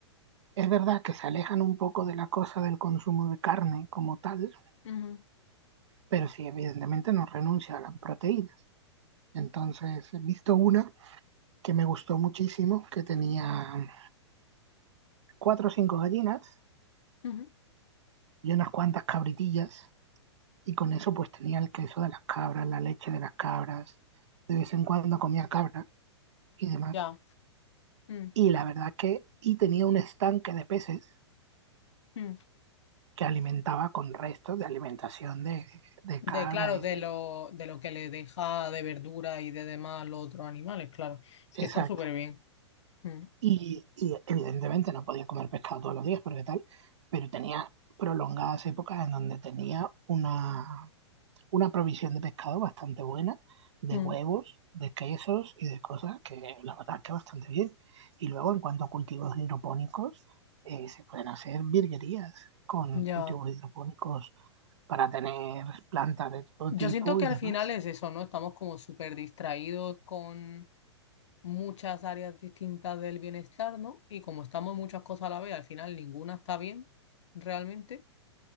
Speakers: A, on the right (about 75°); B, on the left (about 75°).
A: Es verdad que se alejan un poco de la cosa del consumo de carne como tal,
B: ujú,
A: pero sí, evidentemente no renuncia a las proteínas. Entonces, he visto una que me gustó muchísimo, que tenía cuatro o cinco gallinas
B: ujú,
A: y unas cuantas cabritillas, y con eso pues tenía el queso de las cabras, la leche de las cabras, de vez en cuando comía cabra y demás.
B: Ya. mm,
A: y la verdad que y tenía un estanque de peces
B: mm.
A: que alimentaba con restos de alimentación de, de
B: De,
A: cabra
B: claro,
A: y
B: de
A: de...
B: lo, de lo que le deja de verdura y de demás los otros animales, claro. Es
A: Exacto.
B: que está súper bien. Mm,
A: Y, y evidentemente no podía comer pescado todos los días porque tal, pero tenía prolongadas épocas en donde tenía una, una provisión de pescado bastante buena, de
B: mm,
A: huevos, de quesos y de cosas que la verdad que bastante bien. Y luego en cuanto a cultivos hidropónicos, eh, se pueden hacer virguerías con
B: ya.
A: cultivos hidropónicos para tener plantas de todo
B: Yo
A: tipo
B: siento que
A: y
B: al
A: demás.
B: final es eso, ¿no? Estamos como súper distraídos con muchas áreas distintas del bienestar, ¿no? Y como estamos en muchas cosas a la vez, al final ninguna está bien realmente.